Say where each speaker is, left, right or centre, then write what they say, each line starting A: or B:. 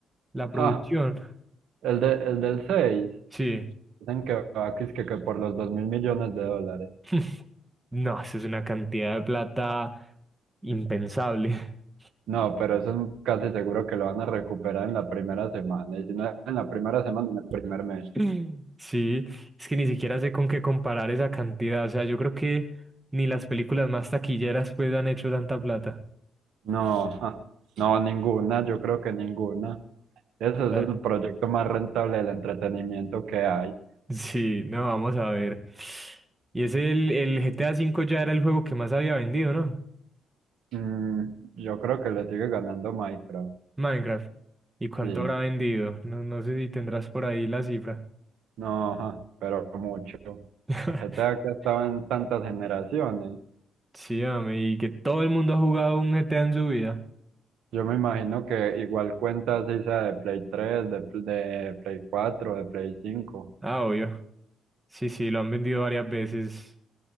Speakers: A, on the right; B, on the right.
A: La producción.
B: Ah, el de, el del seis
A: Sí.
B: dicen que va que, es que, que por los dos mil millones de dólares.
A: <laughs> No, eso es una cantidad de plata impensable. <clears throat>
B: No, pero eso es casi seguro que lo van a recuperar en la primera semana. Y si no es en la primera semana, en el primer mes.
A: <laughs> Sí, es que ni siquiera sé con qué comparar esa cantidad. O sea, yo creo que ni las películas más taquilleras pues han hecho tanta plata.
B: No, <laughs> ja, no, ninguna, yo creo que ninguna. Ese
A: Eh,
B: es el proyecto más rentable del entretenimiento que hay.
A: Sí, no, vamos a ver. Y es el, el GTA V ya era el juego que más había vendido, ¿no?
B: Mm, yo creo que le sigue ganando Minecraft,
A: Minecraft. ¿Y cuánto
B: sí,
A: habrá vendido? No, no sé si tendrás por ahí la cifra.
B: no, ja, pero mucho.
A: <laughs>
B: GTA que ha estado en tantas generaciones.
A: Sí, hombre, y que todo el mundo ha jugado un GTA en su vida.
B: Yo me imagino que igual cuentas esa de Play 3, de, pl- de Play 4, de Play 5.
A: Ah, obvio. Sí, sí, lo han vendido varias veces